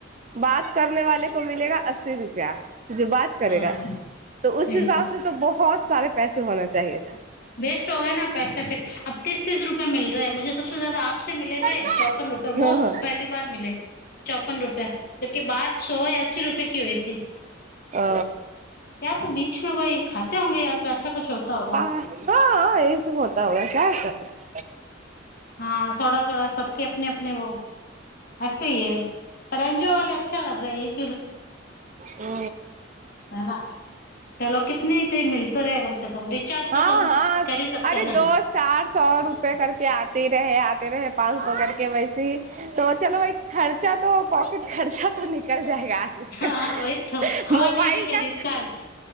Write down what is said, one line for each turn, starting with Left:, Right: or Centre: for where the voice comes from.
Right: बात करने वाले को मिलेगा अस्सी रुपआ <unintelligible> जो बात करेगा
Left: हाँ
Right: तो उस
Left: बिल्कुल
Right: हिसाब से तो बहुत सारे पैसे होना चाहिए थ <unintelligible>
Left: वेस्ट हो गा न ने पैसा फर अब तीस तीस रूप <unintelligible> मिल रहेै मुझे सबसँ ज जायदा आप से मिलेथे
Right: हँ
Left: चौपन रुपए व
Right: हँ
Left: पहली <unintelligible> बार मिले चौपन रुपआ जबकि बाद सौ अस्सी रुपए की हुइ थी <unintelligible>
Right: आ।
Left: या त बीच में कोई खाते होंगे या त <unintelligible> पैसे कु छौत <unintelligible>
Right: प हँय सब होता होगा क ह क <unintelligible>
Left: हँ थोड़ा थोड़ा सबके अपने अपने वो ऐसे ही है परञजु <unintelligible> छाले अच्छा कर रहै <unintelligible>
Right: ओ।
Left: ह न चलो कितने ह से मिलते रहै कम से <unintelligible> त रिचार्ज
Right: हाँ
Left: क तऽ
Right: हाँ
Left: करी सकतै
Right: अरे
Left: ने
Right: दो
Left: <unintelligible>
Right: चार सए रुपये करके आते रहे आते रहे पाँच सौ करके वैसे <unintelligible> तो चलो भइ खर्चा तो पॉकेट खर्चा तो निकल जाएगा यार <unintelligible>
Left: हाँ वही तो
Right: मोबाइल
Left: और नहीं तो क्या
Right: का
Left: रिचार्ज